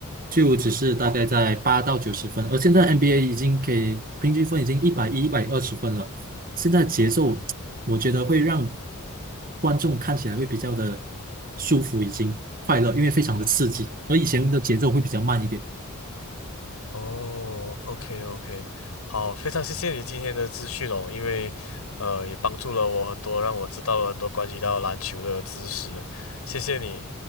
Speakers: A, on the right; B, on the left.
A: 就只是大概在八到九十分，而现在 NBA 已经可以平均分已经一百一、一百二十分了。现在节奏我觉得会让观众看起来会比较的舒服，已经快乐，因为非常的刺激，而以前的节奏会比较慢一点。
B: 哦，OK OK，好，非常谢谢你今天的资讯哦，因为呃也帮助了我很多，让我知道了很多关于到篮球的知识，谢谢你。